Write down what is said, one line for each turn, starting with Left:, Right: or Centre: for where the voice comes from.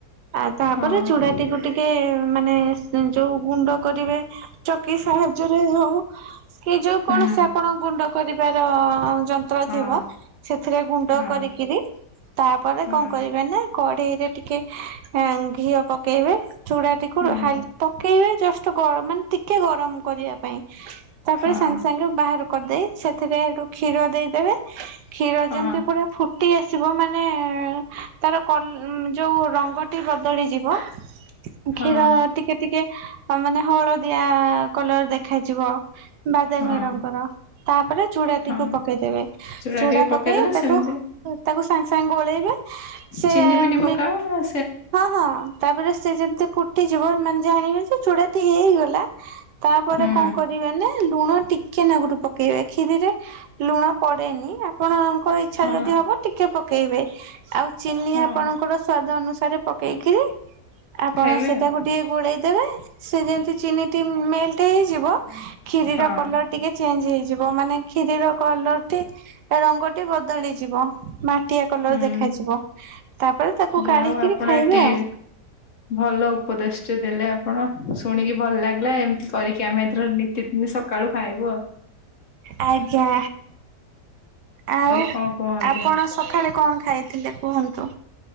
Right: ଆଉ ତାପରେ
Left: ହଁ
Right: ଚୁଡାଟିକୁ ଟିକେ ମାନେ ଯୋଉ ଗୁଣ୍ଡ କରିବେ ଚକି ସାହାଯ୍ୟରେ ହୋଉ କି ଯୋଉ କୌଣସି
Left: ହୁଁ।
Right: କଣ ଗୁଣ୍ଡ କରିବାର ଯନ୍ତ୍ର
Left: ହଁ
Right: ଥିବ ସେଥିରେ ଗୁଣ୍ଡ
Left: ହଁ
Right: କରିକିରି ତାପରେ
Left: ହଁ
Right: କଣ କରିବେ ନା କଡେଇରେ ଟିକେ ଘିଅ ପକେଇବେ। ଚୁଡ଼ାଟିକୁା
Left: ହୁଁ
Right: ହାଲ୍ ପକେଇବେ ଜଷ୍ଟ ଗର ମାନେ ଟିକେ ଗରମ କରିବା ପାଇଁ ତାପରେ
Left: ହଁ
Right: ସାଙ୍ଗେ ସାଙ୍ଗେ ବାହାର କରିଦେଇ ସେଥିରେ ହେଠୁ କ୍ଷୀର ଦେଇଦେବେ। କ୍ଷୀର
Left: ହଁ
Right: ଯେମିତି ପୁରା ଫୁ ଟି ଆସିବ ମାନେ ତାର କଲ ଯୋଉ ରଙ୍ଗଟି ବଦଳିଯିବ
Left: <inaudible>
Right: କ୍ଷୀର
Left: ହଁ
Right: ଟିକିଏ ଟିକିଏ ମାନେ ହଳଦିଆ କଲର ଦେଖ ଖାଯିବ ବାଦାମି
Left: ହଁ
Right: ରଙ୍ଗର। ହଁପରା ଚୁଡାଟିକୁ
Left: ହଁ
Right: ପକେଇଦବେ ଚୁଡା
Left: ଚୁଡ଼ା ଟିକେ ପକେଇଦେଲେ
Right: ପକେଇ ତାକୁ
Left: ସେମିତି
Right: ତାକୁ ସାଙ୍ଗେ ସାଙ୍ଗେ ଗୋଳେଇବେ। ସେ
Left: ଚିନି ଫିନି ପକାଅନା
Right: ମି ହଁ ହଁ ତାପରେ ସେଯେମିତି ଫୁଟିଯିବ ମାନେ ଜାଣିବେଯେ ଚୁଡାଟି ହେଇଗଲା। ତାପରେ
Left: ହୁଁ
Right: କଣ କରିବେନା? ଲୁଣ ଟିକିଏ ନାଗରୁ ପକେଇବେ କ୍ଷିରିରେ ଲୁଣ ପଡେନି ଆପ ଆପଣଙ୍କ ଇଛା
Left: ହଁ
Right: ଯଦି ହବ ଟିକିଏ ପକେଇବେ ଆଉ ଚିନି
Left: ହଁ
Right: ଆପଣଙ୍କର ସ୍ଵାଦ ଅନୁସାରେ ପକେଇକିରି ଆପଣ
Left: ଖାଇବେ
Right: ସେଇତାକୁ
Left: ଆଉ
Right: ଟିକେ ଗୋଳେଇଦେବେ ସେ ଯେମତି ଚିନିଟି ମେଲଟ ହେଇଯିବ। କ୍ଷୀରିର
Left: ହଁ
Right: କଲର ଟିକିଏ ଚେଞ୍ଜ ହେଇଯିବ ମାନେ କ୍ଷୀରିର କଲରଟି ରଙ୍ଗଟି ବଦଳିଯିବ ମା ଟିଆ କଲର
Left: ହୁଁ
Right: ଦେଖାଯିବ ତାପରେ ତାକୁ
Left: ଯାହା
Right: କାଢିକିରି
Left: ହଉ ଆପଣ
Right: ଖାଇବା
Left: ଏଠି
Right: ଆଉ
Left: ଭଲ ଉପଦେଶ ଦେଲେ ଆପଣ। ଶୁଣିକି ଭଲ ଲାଗିଲା ଏମିତି କରିକି ଆମେ ଏଥର ନିତିଦିନ ସକାଳୁ ଖାଇବୁ ଆଉ
Right: ଆଜ୍ଞା। ଆଉ
Left: କଣ କୁହନ୍ତୁ
Right: ଆପଣ ସକାଳେ କଣ ଖାଇଥିଲେ କୁହନ୍ତୁ?